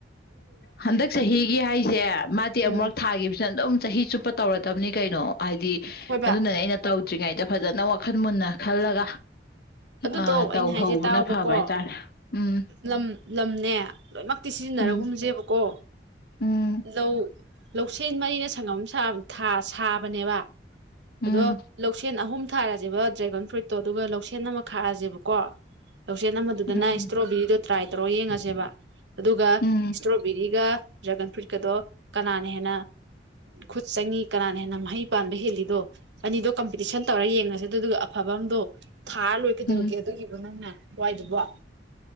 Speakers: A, on the left; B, on the right.
A: ꯍꯟꯗꯛ ꯆꯍꯤꯒꯤ ꯍꯥꯏꯁꯦ ꯃꯥꯗꯤ
B: ꯎꯝ
A: ꯑꯃꯨꯛ ꯊꯥꯈꯤꯕꯁꯤꯅ ꯑꯗꯨꯝ ꯆꯍꯤ ꯆꯨꯞ ꯇꯧꯔꯗꯕꯅꯤ ꯀꯩꯅꯣ ꯍꯥꯏꯗꯤ
B: ꯍꯣꯏꯕ
A: ꯑꯗꯨꯅꯅꯦ ꯑꯩꯅ ꯇꯧꯗ꯭ꯔꯤꯉꯩꯗ ꯐꯖꯅ ꯋꯥꯈꯜ ꯃꯨꯟꯅ ꯈꯜꯂꯒ
B: ꯑꯗꯨꯗꯣ
A: ꯑ
B: ꯑꯩꯅ
A: ꯇꯧ
B: ꯍꯥꯏꯁꯦ
A: ꯍꯧꯕꯅ
B: ꯇꯥꯎꯕꯀꯣ
A: ꯐꯕ ꯍꯥꯏꯇꯥꯔꯦ ꯎꯝ
B: ꯂꯝ ꯂꯝꯅꯦ ꯂꯣꯏꯃꯛꯇꯤ ꯁꯤꯖꯤꯟꯅꯔꯒꯨꯝꯁꯦꯕꯀꯣ
A: ꯎꯝ ꯎꯝ
B: ꯂꯧ ꯂꯧꯁꯦꯟ ꯃꯔꯤꯅ ꯁꯪꯉ ꯁꯥ ꯁꯥꯕꯅꯦꯕ
A: ꯎꯝ
B: ꯑꯗꯣ ꯂꯧꯁꯦꯟ ꯑꯍꯨꯝ ꯊꯥꯔꯁꯦꯕ ꯗ꯭ꯔꯦꯒꯟ ꯐ꯭ꯔꯨꯏꯠꯇꯣ ꯑꯗꯨꯒ ꯂꯧꯁꯦꯟ ꯑꯃ ꯈꯥꯔꯁꯦꯕꯀꯣ ꯂꯧꯁꯦ ꯑꯃꯗꯨꯗꯅ
A: ꯎꯝ
B: ꯏꯁꯇ꯭ꯔꯣꯕꯦꯔꯤꯗꯣ ꯇ꯭ꯔꯥꯏ ꯇꯧꯔ ꯌꯦꯡꯉꯁꯦꯕ ꯑꯗꯨꯒ
A: ꯎꯝ
B: ꯏꯁꯇ꯭ꯔꯣꯕꯦꯔꯤꯒ ꯗ꯭ꯔꯦꯒꯟ ꯐ꯭ꯔꯨꯏꯠꯀꯗꯣ ꯀꯅꯥꯅ ꯍꯦꯟꯅ ꯈꯨꯠ ꯆꯪꯉꯤ ꯀꯅꯥꯅ ꯍꯦꯟꯅ ꯃꯍꯩ ꯄꯥꯟꯕ ꯍꯦꯜꯂꯤꯗꯣ ꯑꯅꯤꯗꯣ ꯀꯝꯄꯤꯇꯤꯁꯟ ꯇꯧꯔ ꯌꯦꯡꯉꯁꯦ ꯑꯗꯨꯗꯨꯒ ꯑꯐꯕ ꯑꯗꯣ ꯊꯥ ꯂꯣꯏ ꯀꯩꯗꯧꯒꯦ
A: ꯎꯝ
B: ꯑꯗꯨꯒꯤꯕ ꯅꯪꯅ ꯋꯥꯏꯗꯨꯕꯣ